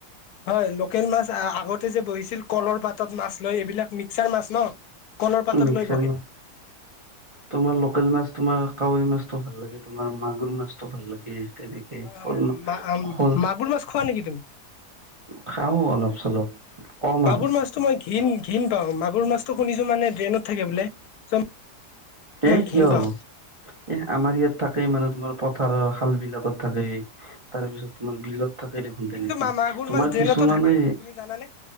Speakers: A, on the left; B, on the right.
A: হয় লোকেল মাছ আগতে যে বহিছিল কলৰ পাতত মাছ লৈ এইবিলাক মিক্সাৰ মাছ ন'। কলৰ পাতত
B: মিক্সাৰ
A: লৈ বহে
B: মাছ, তোমাৰ লোকেল মাছ। তোমাৰ কাৱৈ মাছটো ভাল লাগে, তোমাৰ মাগুৰ মাছটো ভাল লাগে। তেনেকে
A: হয়,
B: শ'ল
A: হয়। মা-মাগুৰ
B: শ'ল
A: মাছ খোৱা নেকি তুমি?
B: খাওঁ অলপ চলপ কম আৰু
A: মাগুৰ মাছটো মই ঘিণ-ঘিণ পাওঁ, মাগুৰ মাছটো শুনিছোঁ মানে ড্ৰেইনত থাকে বোলে। চ'
B: এই
A: মই
B: কিয়
A: ঘিণ
B: হ'ব,
A: পাওঁ
B: এই আমাৰ ইয়াত থাকে মানে তোমাৰ, পথাৰৰ খালবিলাকত থাকেই, তাৰপিছত তোমাৰ বিলত থাকে দেখোন
A: কিন্তু
B: তেনেকে,
A: মা মাগুৰ
B: তোমাৰ
A: মাছ ড্ৰেইনতো
B: কিছুমানে
A: থাকে তুমি জানানে